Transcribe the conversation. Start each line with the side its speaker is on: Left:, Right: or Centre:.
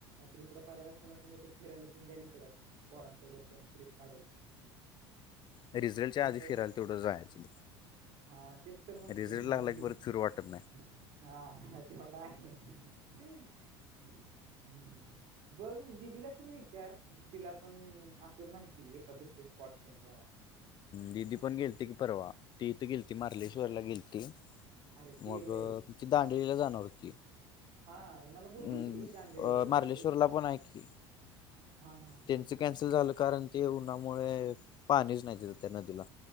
Right: तर इकडं पाहिला कुणा सांगत फिरायला ते जाईल इकडं पोरांसोबत ते ट्रीप काढल.
Left: रिझल्टच्या
Right: मग
Left: आधी
Right: काय
Left: फिरायला तेवढं जायचं.
Right: हा तेच तर म्हणते
Left: रिझल्ट
Right: मी एक्झाम
Left: लागला की
Right: दिली
Left: परत फिरू वाटत
Right: हा तेवढ आहे. हम्म बघ दिदीला पण विचार तिला पण असेल माहिती एका दुसरे स्पॉट जरा
Left: दिदी पण गेलते की परवा, ती इथं गेलती मारलेश्वरला गेलती.
Right: अरे ते
Left: मग
Right: वय
Left: ती दांडवीला जाणार होती.
Right: हा मला बोलली
Left: अम्
Right: होती ती दांडेलीला
Left: अ
Right: जायचे
Left: मार्लेश्वरला पण आहे की.
Right: हा हा हा
Left: त्यांचं
Right: हा
Left: कॅन्सल झालं कारण, ते उन्हामुळे पाणीच नाही तिद त्या नदीला.